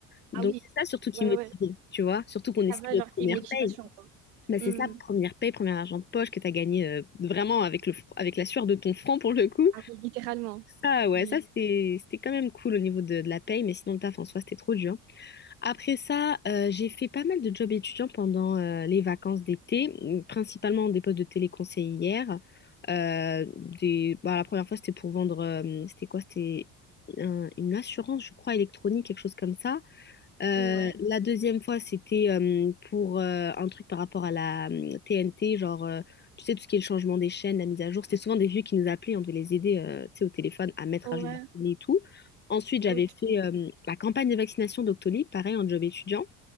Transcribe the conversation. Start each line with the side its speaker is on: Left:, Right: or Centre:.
Left: Donc
Right: Ah oui,
Left: c'est ça surtout qui
Right: ouais,
Left: motivait,
Right: ouais. ouais.
Left: tu vois, surtout qu'on espère
Right: Ça va,
Left: notre
Right: genre,
Left: première
Right: c'est une motivation,
Left: paye.
Right: quoi.
Left: Bah
Right: Mm.
Left: c'est ça, première paye, premier argent de poche que t'as gagné euh, vraiment avec le fr- avec la sueur de ton front pour le coup.
Right: Ah oui, littéralement.
Left: Ça ouais,
Right: Oui.
Left: ça c'était c'était quand même cool au niveau de, de la paye, mais sinon le taf en soi c'était trop dur. Après ça, euh, j'ai fait pas mal de jobs étudiants pendant euh, les vacances d'été, principalement des postes de téléconseillère. Euh, des... bah, la première fois, c'était pour vendre, euh, c'était quoi? C'était un- une assurance, je crois, électronique, quelque chose comme ça. Euh,
Right: Ouais,
Left: la deuxième fois, c'était euh, pour euh, un truc par rapport à la euh, TNT, genre, euh, tu sais, tout ce qui est le changement des chaînes, la mise à jour. C'était souvent des vieux qui nous appelaient, on devait les aider, euh, tu sais, au téléphone à mettre
Right: ouais,
Left: à jour leur télé et tout. Ensuite, j'avais
Right: ok.
Left: fait euh, la campagne de vaccination d'Octolib, pareil, en job étudiant,